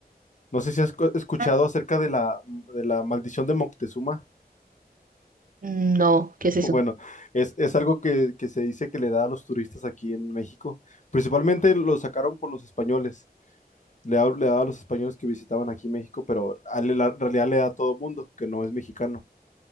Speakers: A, on the left; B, on the right.
A: No sé si has co- escuchado
B: Ah,
A: acerca de la, de la maldición de Moctezuma.
B: No, ¿qué es eso?
A: Bueno, es, es algo que, que se dice que le da a los turistas aquí en México. Principalmente lo sacaron por los españoles. Le, da- le daba a los españoles que visitaban aquí México, pero a- le- la realidad le da a todo mundo que no es mexicano.